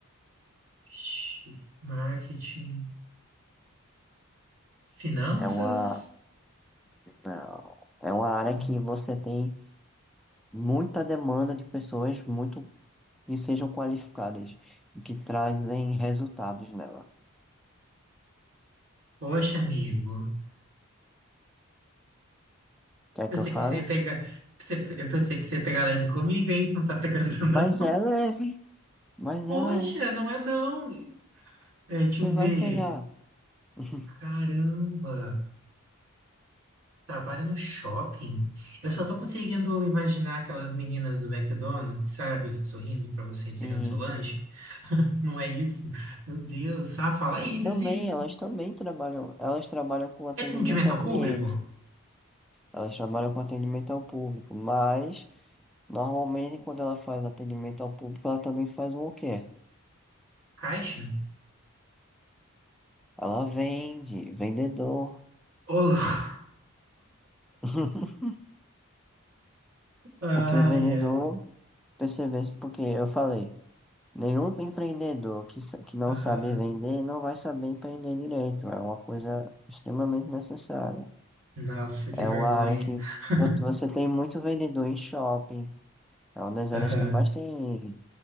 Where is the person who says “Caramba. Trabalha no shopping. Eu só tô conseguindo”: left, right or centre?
Right